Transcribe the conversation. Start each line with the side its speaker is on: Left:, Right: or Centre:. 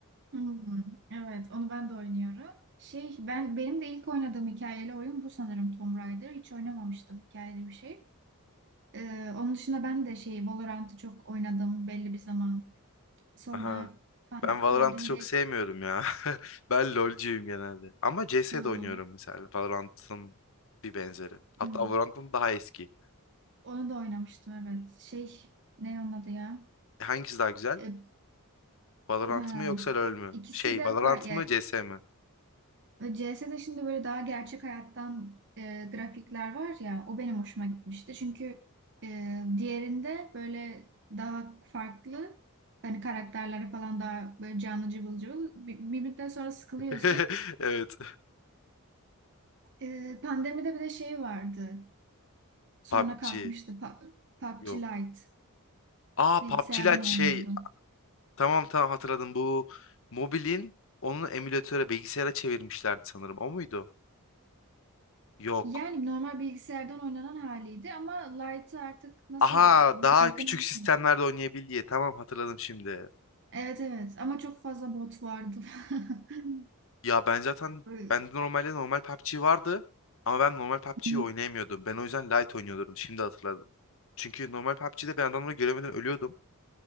Right: Hmm. Evet, onu ben de oynuyorum. Şey, ben benim de ilk oynadığım hikayeli oyun bu sanırım Tomb Raider. Hiç oynamamıştım hikayeli bir şey. Ee, onun dışında ben de şey Valorant'ı çok oynadım belli bir zaman. Sonra
Left: Aha.
Right: pan
Left: Ben Valorant'ı
Right: pandemideyken
Left: çok sevmiyorum ya. <laughs> Ben LoL'cuyum genelde. Ama CS'de
Right: Hmm.
Left: oynuyorum mesela. Valorant'ın bir benzeri. Hatta
Right: Hmm.
Left: Valorant'ın daha eski.
Right: Onu da oynamıştım evet. Şey ne onun adı ya?
Left: Hangisi daha güzel?
Right: Ee,
Left: Valorant
Right: ha.
Left: mı yoksa LoL mü?
Right: İkisi
Left: Şey,
Right: de
Left: Valorant
Right: var
Left: mı CS mi?
Right: CS'de şimdi böyle daha gerçek hayattan e, grafikler var ya o benim hoşuma gitmişti. Çünkü e, diğerinde böyle daha farklı hani karakterlere falan daha böyle canlı cıvıl cıvıl bir, bir müddet sonra sıkılıyorsun.
Left: <laughs> Evet.
Right: E, pandemide bir de şey vardı sonra
Left: PUBG.
Right: kalkmıştı Pa- PUBG
Left: Yok.
Right: Lite
Left: Aa
Right: bilgisayardan
Left: PUBG'ler şey.
Right: oynuyordu.
Left: Tamam tamam hatırladım. Bu mobilin onu emülatöre bilgisayara çevirmişlerdi sanırım. O muydu? Yok.
Right: Yani normal bilgisayardan oynanan haliydi ama Lite'ı artık nasıl
Left: Aha daha
Right: farkını
Left: küçük
Right: bilmiyorum.
Left: sistemlerde oynayabil diye. Tamam hatırladım şimdi.
Right: Evet evet ama çok fazla bot vardı. <laughs>
Left: Ya ben zaten
Right: Iı,
Left: bende normalde normal PUBG vardı ama ben normal PUBG'yi
Right: Hı hı,
Left: oynayamıyordum. Ben o yüzden Lite oynuyordum. Şimdi hatırladım. Çünkü normal PUBG'de ben adamları göremeden ölüyordum.